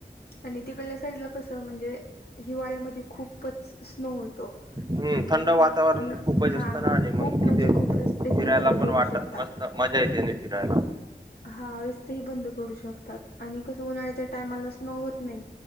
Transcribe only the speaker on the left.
आणि तिकडल्या साईडला कस म्हणजे हिवाळ्यामध्ये खूपच स्नो होतो
आणि
हा
खूप
म्हणजे
खूप रस्ते ही
बंद पडू
शकतात.
हा रस्तेही बंद पडू शकतात आणि कसं उन्हाळ्याच्या टायमाला स्नो होत नाही.